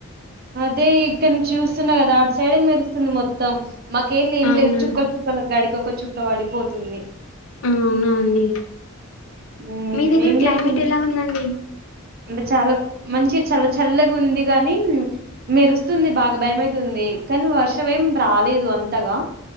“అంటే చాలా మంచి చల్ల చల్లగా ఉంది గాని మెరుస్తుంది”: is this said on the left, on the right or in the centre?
Right